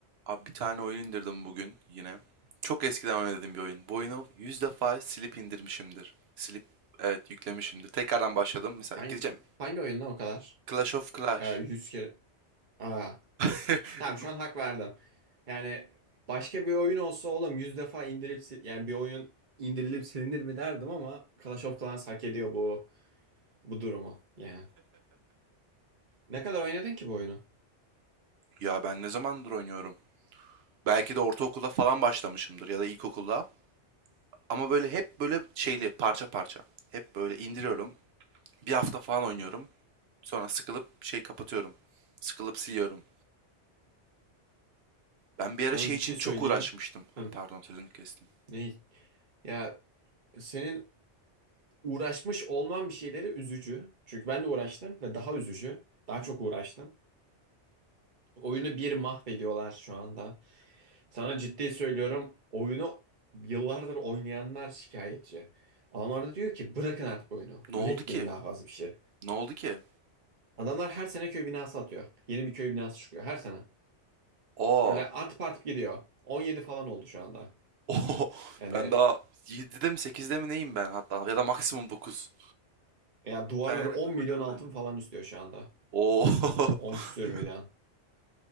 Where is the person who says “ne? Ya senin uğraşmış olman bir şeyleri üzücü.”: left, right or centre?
Right